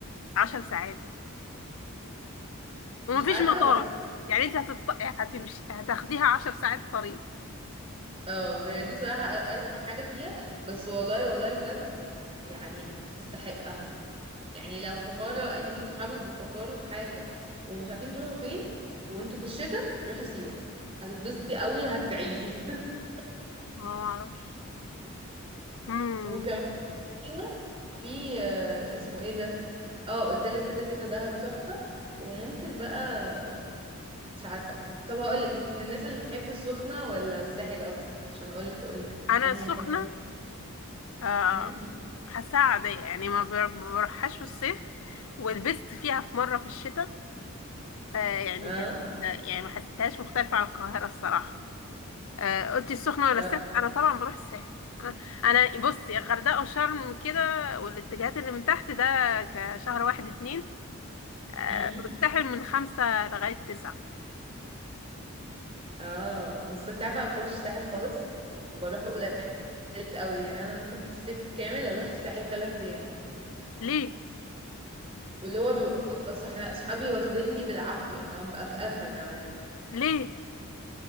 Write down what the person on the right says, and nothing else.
مش عارفة
بس
اه هي دي بصراحة أرخم حاجة فيها بس والله والله بجد يعني تستحقها يعني لو في مرة انتي وصحابك بتفكروا في حاجة ومش عارفين تروحوا فين وانتوا في الشتاء روحوا سيوة هتتبسطي قوي وهتدعيلي <laughs>
وكمان سيوة في آه، اسمه ايه ده اه قلتلك كده كده دهب تحفة وممكن بقى مش عارفة طب هقولك انت من الناس اللي بتحب السخنة ولا الساحل اكتر عشان اقولك اقولك
انهي
حتة
امم
اه
اه
امم
اه بس انت عارفة انا ما بحبش الساحل خالص وبروحه قليل قوي يعني انا ممكن في الصيف الكامل اروح الساحل ثلاث ايام مثلا
واللي هو بيبقى صح- صحابي واخديني بالعافية فاهم بقى في قفا كمان